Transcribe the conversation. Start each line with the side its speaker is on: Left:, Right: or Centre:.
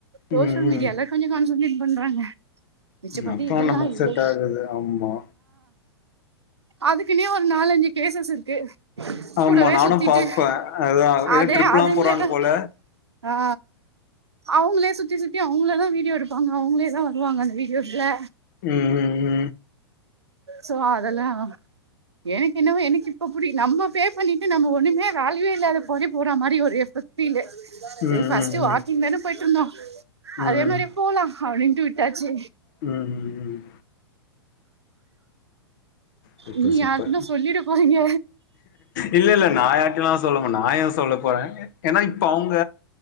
Right: சோசியல்
Left: ம் ம்
Right: மீடியால கொஞ்சோ கான்சன்ட்ரேட் பண்றாங்க மிச்சபடி
Left: அப்ப
Right: இதெல்லா
Left: நமக்கு
Right: இல்லை
Left: செட் ஆகாது ஆமா
Right: அதுக்குனே ஒரு நாலஞ்சு கேசஸ் இருக்கு
Left: ஆமா
Right: கூடவே
Left: நானு
Right: சுத்திட்டு
Left: பாப்பே அதா ஏதோ
Right: அதே
Left: ட்ரிப்லா
Right: அதுங்களே
Left: போறாங்க போல
Right: ஆ அவுங்களே சுத்தி சுத்தி அவங்களதா வீடியோ எடுப்பாங்க அவங்களே தா வருவாங்க அந்த வீடியோவ்ல
Left: ம் ம்
Right: சோ அதெல்லா எனக்கு என்னவே எனக்கு இப்ப இப்புடி நம்ம பே பண்ணிட்டு நம்ம ஒண்ணுமே வேல்யுவே இல்லாதப் பணி போற மாரி ஒரு எஃபெக்ட் ஃபீலு சேரி
Left: ம் ம் ம்
Right: ஃபஸ்ட் வாக்கிங் தானே போயிட்டு இருந்தோ
Left: ம்
Right: அதே மாரி போலாம் அப்டின்டு விட்டாச்சு
Left: ம் ம் ம் புறப்டாச்சு
Right: நீ யாருன்னு
Left: இப்ப
Right: சொல்லிட போறீங்க
Left: இல்ல இல்ல நா யார்ட்டையூ சொல்ல மாட்டே நா யேன் சொல்ல போறே ஏன்னா இப்ப அவுங்க